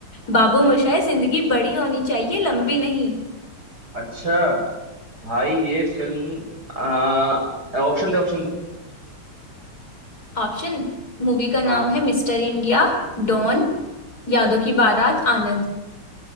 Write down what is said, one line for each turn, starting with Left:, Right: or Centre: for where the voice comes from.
Left: बाबू मोशाय जिंदगी बड़ी होनी चाहिए लंबी नहीं
Right: अच्छा भाई ये फिल्म आ, ऑप्शन दे ऑप्शन दे
Left: ऑप्शन मूवी का नाम
Right: हाँ
Left: है mister India don Yaadon Ki बारात आनंद